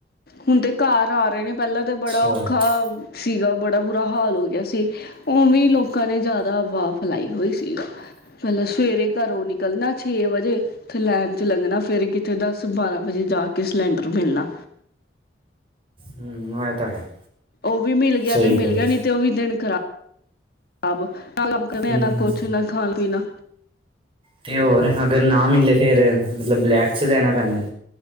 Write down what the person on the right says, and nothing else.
ਅੱਛਾ
ਹੂੰ,
ਹੁੰ ਇਹ ਤਾਂ ਹੈ।
ਸਹੀ
ਗੱਲ
ਏ
ਹੂੰ,
ਹੂੰ
ਤੇ ਹੋਰ ਅਗਰ ਨਾ ਮਿਲੇ ਫਿਰ, ਮਤਲਬ ਬਲੈਕ ਚ' ਲੈਣਾ ਪੈਂਦਾ ਏ